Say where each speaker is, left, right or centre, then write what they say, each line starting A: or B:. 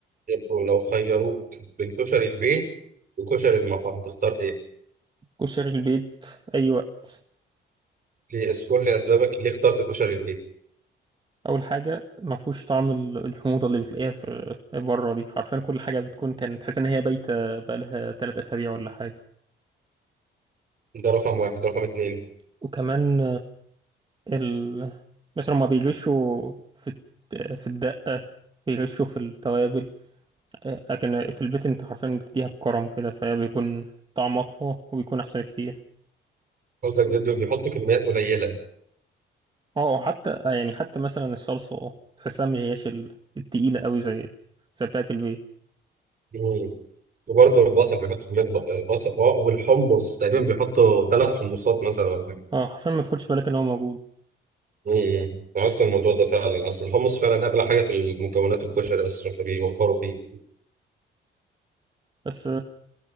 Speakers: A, on the right (about 45°); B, on the right (about 25°).
A: يبقوا لو خيروك بين كشري البيت وكشري المطعم تختار ايه؟
B: كشري البيت أي وقت
A: ليه اذكر لي اسبابك ليه اخترت كشري البيت؟
B: أول حاجة ما فيهوش طعم ال- الحموضة اللي بتلاقيها في بره دي حرفيا كل حاجة بتكون كانت تحس إن هي بايتة بقالها تلات أسابيع ولا حاجة
A: ده رقم واحد، رقم اتنين
B: وكمان ال... مثلا ما بيغشوا في الت- في الدقة بيغشوا في التوابل لكن في البيت أنت حرفيا بتديها بكرم كده فهي بيكون طعم أقوى وبيكون أحسن كتير
A: رز الجد بيحط كميات قليلة
B: اه حتى يعني حتى مثلا الصلصة تحسها مهياش ال- التقيلة أوي زي زي بتاعة البيت
A: مم. وبرضه البصل بيحط كمية ب- بصل آه، والحمص تقريبا بيحطوا ثلاث حمصات مثلا ولا حاجة.
B: اه حرفيا ما تاخدش بالك ان هو موجود
A: امم بحس الموضوع ده فعلا اصل الحمص فعلا اغلى حاجة في مكونات الكشري اصلا فبيوفروا فيه
B: بس